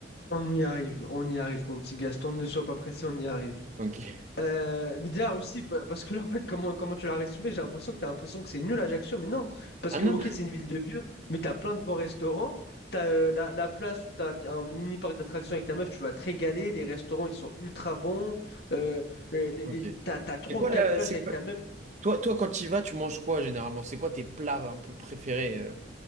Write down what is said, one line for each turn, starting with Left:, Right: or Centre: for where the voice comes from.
Left: on y arrive, on y arrive, mon petit Gaston, ne sois pas pressé, on y arrive.
Right: Ok.
Left: Euh, mais déjà aussi, pa- parce que là, en fait, comment, comment tu l'as résumé, j'ai l'impression que tu as l'impression que c'est nul Ajaccio, mais non, parce
Right: Ah
Left: que,
Right: non?
Left: ok, c'est une ville de vieux, mais tu as plein de bons restaurants, tu as la, la place où tu as un mini parc d'attractions avec ta meuf, tu vas te régaler, les restaurants, ils sont ultra bons, euh, euh, les,
Right: Ok.
Left: tu as, trois
Right: C'est quoi
Left: ou quatre
Right: la,
Left: plages
Right: c'est
Left: avec
Right: quoi-
Left: ta meuf,
Right: Toi, toi, quand tu y vas, tu manges quoi généralement? C'est quoi tes plats un peu préférés? euh,